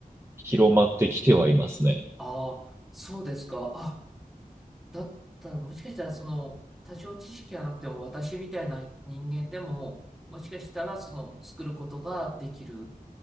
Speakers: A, on the right; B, in the centre.
A: 広まってきてはいますね。
B: ああ、そうですか。あ、だったらもしかしたらその、多少知識がなくても私みたいな人間でも、もしかしたらその、作ることができる